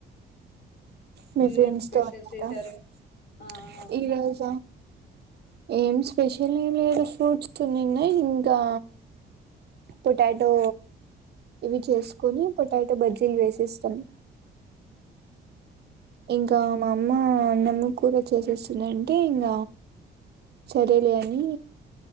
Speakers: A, on the right; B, on the left.
A: మీ
B: మీరేం
A: ఫ్రెండ్స్
B: స్పెషల్
A: తో <unintelligible>
B: చేశారు ఆ అవునవునండి
A: ఈరోజ ఏం స్పెషల్ లేదు ఫ్రూట్స్ తినిన్న ఇంకా పొటాటో ఇవి చెస్ కొని పొటాటో బజ్జీలు వేసేస్తాను ఇంకా మా అమ్మ అన్నము కూర చేసేసినింటే ఇంగ సరేలే అని